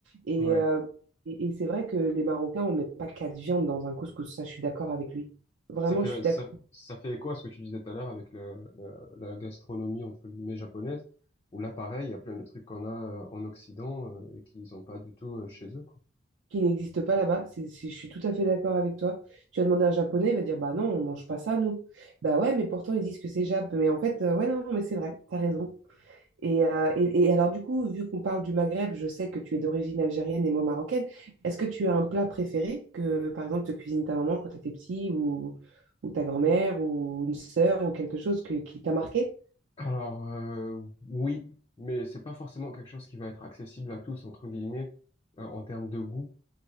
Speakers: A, on the right; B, on the left.
A: Et,
B: Ouais.
A: euh, et, et c'est vrai que les Marocains, on met pas quatre viandes dans un couscous. Ça, je suis d'accord avec lui. Vraiment,
B: Ça fait,
A: je suis d'accord.
B: ça, ça fait écho à ce que tu disais tout à l'heure avec le, la, la gastronomie, entre guillemets, japonaise, où là, pareil, il y a plein de trucs qu'on a euh, en Occident euh, et qu'ils n'ont pas du tout euh, chez eux, quoi.
A: qui n'existe pas là-bas. C'est- c'est- je suis tout à fait d'accord avec toi. Tu vas demander à un Japonais, il va dire, bah non, on mange pas ça, nous. Bah ouais, mais pourtant, ils disent que c'est Jap. Mais en fait, euh, ouais, non, non, mais c'est vrai, t'as raison. Et, euh, et, et alors, du coup, vu qu'on parle du Maghreb, je sais que tu es d'origine algérienne et moi marocaine. Est-ce que tu as un plat préféré que, par exemple, te cuisine ta maman quand tu étais petit ou, ou ta grand-mère ou une sœur ou quelque chose que- qui t'a marqué?
B: Alors, euh, oui, mais c'est pas forcément quelque chose qui va être accessible à tous, entre guillemets, euh, en termes de goût.